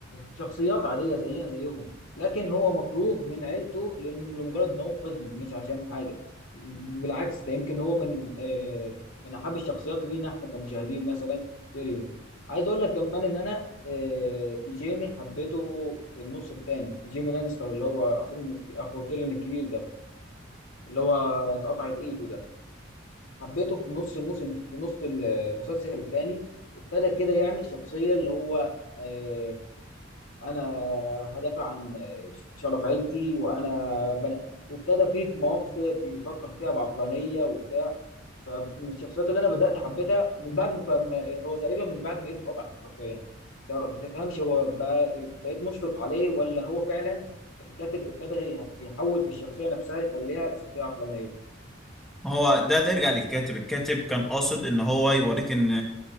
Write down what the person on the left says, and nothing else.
شخصيات عادية زينا زيهم لكن هو مكروه من عيلته لأنه لمجرد إن هو قزم مش عشان حاجة بالعكس ده يمكن هو من آه، من أحب الشخصيات لينا إحنا كمشاهدين مثلا تيريون عايز أقول لك كمان إن أنا آه، جيمي حبيته في النص التاني جيمي لانستر اللي هو أخوه الك- أخو تيريون الكبير ده اللي هو اتقطعت إيده ده حبيته في نص الموسم في نص المسلسل الثاني ابتدى كده يعمل شخصية اللي هو آه انا هدافع عن آه، شرف عيلتي وانا بنا... وابتدى فيه في مواقف كده بيفكر فيها بعقلانية وبتاع فمن الشخصيات اللي انا بدأت حبيتها من بعد ما فما- هو تقريبا من بعد ما ايده اتقطعت حرفيا طب ما تفهمش هو بقى... بقيت مشفق عليه ولا هو فعلا الكاتب ابتدى ي- يحول في الشخصية نفسها يخليها شخصية عقلانية